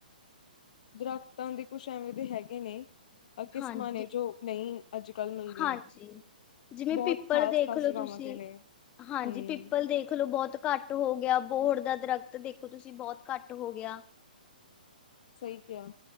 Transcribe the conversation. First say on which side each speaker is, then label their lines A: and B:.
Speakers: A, on the left; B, on the left.
A: ਦਰਖਤਾਂ ਦੇ ਕੁਛ ਐਵੇਂ ਦੇ ਹੈਗੇ ਨੇ- ਕਿਸਮਾਂ
B: ਹਾਂਜੀ
A: ਨੇ ਜੋ ਨਹੀਂ ਅੱਜ ਕੱਲ੍ਹ ਮਿਲਦੀਆਂ
B: ਹਾਂਜੀ ਜਿਵੇਂ
A: ਬਹੁਤ
B: ਪਿੱਪਲ
A: ਖਾਸ
B: ਦੇਖਲੋ
A: ਖਾਸ ਜਗ੍ਹਾਵਾਂ
B: ਤੁਸੀਂ
A: ਤੇ ਨੇ
B: ਹਾਂਜੀ
A: ਹੂੰ
B: ਪਿੱਪਲ ਦੇਖਲੋ ਬਹੁਤ ਘੱਟ ਹੋ ਗਿਆ- ਬੋਹੜ ਦਾ ਦਰਖਤ ਦੇਖੋ ਤੁਸੀਂ ਬਹੁਤ ਘੱਟ ਹੋ ਗਿਆ-
A: ਸਹੀ ਕਿਹਾ